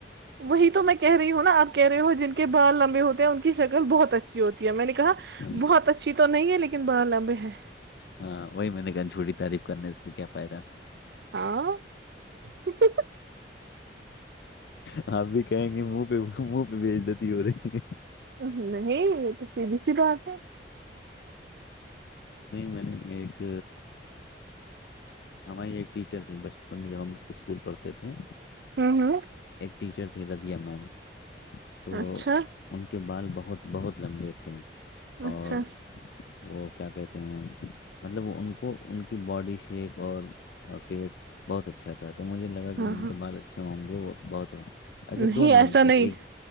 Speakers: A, on the right; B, on the left.
A: وہی تو میں کہہ رہی ہوں نا آپ کہہ رہے ہو جن کے بال لمبے ہوتے ہیں ان کی شکل بہت اچھی ہوتی ہے میں نے
B: ہاں
A: بہت اچھی تو نہیں ہے لیکن باہر لمبے ہیں
B: ہاں وہی میں نے کہا جھوڑٹی تعریف کرنے سے کیا فائدہ
A: ہاں <inaudible>
B: آپ بھی کہیں گے منہ پہ منہ پہ بھی عزتی ہو رہی
A: <inaudible> یہ تو س بی سی بات ہے
B: نہیں میں نے ایک ہماری ایک ٹیچر تھھی بچپن میں جب ہم اسکول پڑھتے تھے
A: ہمم ہمم
B: ایک ٹیچر رضیہ میم تو
A: اچھا
B: ان کے بال بہت بہت لمبے تھے
A: اچھا
B: اور وہ کیا کہتے ہیں مطلب ان کو ان کی باڈی شیپ اور فیس بہت اچھا تھا تو مجھے لگا کہ
A: ہاں
B: جن
A: ہاں
B: کے بال اچھے بہت ہو اچھا
A: نہیں
B: دو مم
A: ایسا
B: تھ
A: نہیں
B: ایک